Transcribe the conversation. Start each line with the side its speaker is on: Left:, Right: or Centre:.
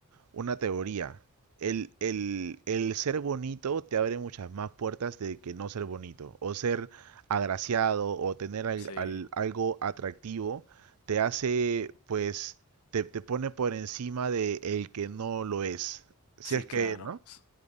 Right: una teoría. El, el, el ser bonito te abre muchas más puertas de que no ser bonito. O ser agraciado o tener al-
Left: Sí,
Right: al- algo atractivo te hace, pues, te, te pone por encima de el que no lo es. Si
Left: sí,
Right: es
Left: claro.
Right: que, ¿no?
Left: S-